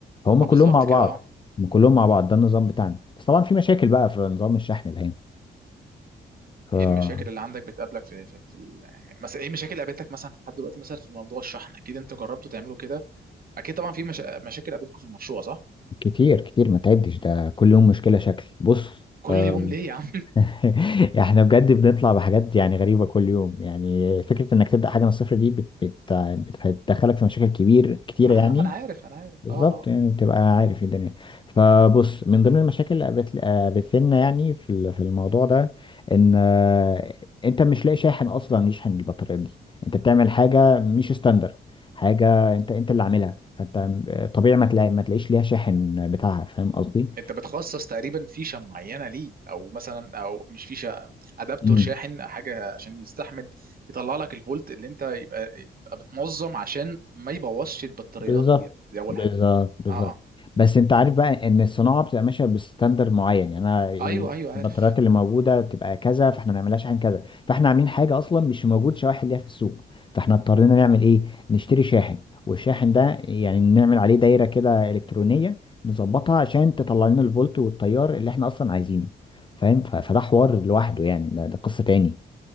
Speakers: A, on the left (about 25°); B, on the right (about 50°).
A: فهم
B: اه
A: كلهم
B: بالظبط
A: مع بعض
B: كده اه
A: هم كلهم مع بعض ده النظام بتاعنا بس طبعا في مشاكل بقى في نظام الشحن ده
B: ايه
A: هنا
B: المشاكل اللي عندك بتقابلك في في, في ال... يعني مثلا ايه المشاكل اللي قابلتك مثلا لحد دلوقتي مثلا في موضوع الشحن اكيد انتوا جربتوا تعملوا كده اكيد طبعا في مشا... مشاكل قابلتكم في المشروع صح
A: كتير كتير ما تعدش ده كل يوم مشكلة شكل بص
B: كل
A: آم،
B: يوم ليه يا عم
A: <laughs> احنا بجد بنطلع بحاجات يعني غريبة كل يوم يعني فكرة انك تبدأ حاجة من الصفر دي بت بت بتدخلك في مشاكل كبير كتيرة
B: <laughs> اه
A: يعني
B: لا ما انا عارف انا عارف
A: بالظبط
B: اه اه
A: يعني تبقى عارف إيه الدنيا فبص من ضمن المشاكل اللي قابلت قابلت لنا يعني في ال- في الموضوع ده ان آه، انت مش لاقي شاحن اصلا يشحن البطاريات دي انت بتعمل حاجه مش ستاندر حاجه انت انت اللي عاملها فانت آه، طبيعي ما تلاقي ما تلاقيش ليها شاحن بتاعها فاهم قصدي
B: انت بتخصص تقريبا فيشه معينه ليه او مثلا او مش فيشه ادابتور
A: مم.
B: شاحن حاجه عشان يستحمل يطلع لك الفولت اللي انت يبقى, يبقى بتنظم عشان ما يبوظش البطاريات
A: بالظبط
B: دي دي اول
A: بالظبط
B: حاجه
A: بالظبط
B: اه اه
A: بس انت عارف بقى ان الصناعه بتبقى ماشيه بستاندر معين يعني انا
B: ايوه ايوه عارف
A: البطاريات اللي موجوده بتبقى كذا فاحنا ما نعملهاش عن كذا فاحنا عاملين حاجه اصلا مش موجود شواحن ليها في السوق فاحنا اضطرينا نعمل ايه نشتري شاحن والشاحن ده يعني نعمل عليه دايره كده الكترونيه نظبطها عشان تطلع لنا الفولت والتيار اللي احنا اصلا عايزينه فاهم ف- فده حوار لوحده يعني ده, ده قصه تاني